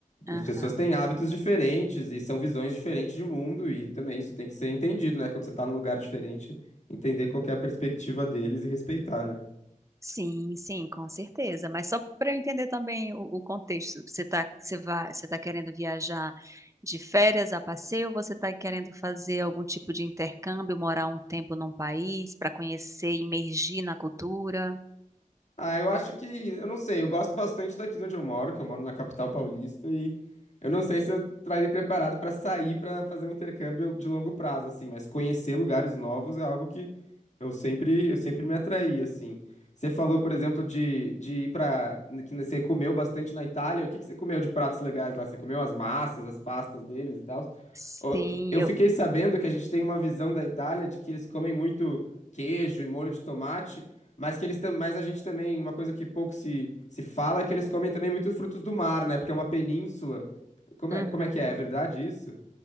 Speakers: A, on the right (about 20°); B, on the left (about 60°).
A: Aham.
B: as pessoas têm hábitos diferentes e são visões diferentes de mundo, e também isso tem que ser entendido, né? Quando você tá num lugar diferente, entender qual que é a perspectiva deles e respeitar, né?
A: Sim, sim, com certeza. Mas só para eu entender também o, o contexto, você tá, você vai, você tá querendo viajar de férias a passeio ou você está querendo fazer algum tipo de intercâmbio, morar um tempo num país para conhecer, imergir na cultura?
B: Ah, eu acho que, eu não sei, eu gosto bastante daqui de onde eu moro, que eu moro na capital paulista, e eu não sei se eu estaria preparado para sair para fazer um intercâmbio de longo prazo, assim, mas conhecer lugares novos é algo que eu sempre, eu sempre me atraí, assim. Você falou, por exemplo, de, de ir para, que você comeu bastante na Itália, o que que você comeu de pratos legais lá? Você comeu as massas, as pastas deles e tal?
A: Sim,
B: Ô, Eu fiquei
A: eu.
B: sabendo que a gente tem uma visão da Itália de que eles comem muito queijo e molho de tomate, mas que eles tam... mas a gente também, uma coisa que pouco se, se fala é que eles comem também muitos frutos do mar, né? Porque é uma península. Como
A: Uhum.
B: é, como é que é? É verdade isso?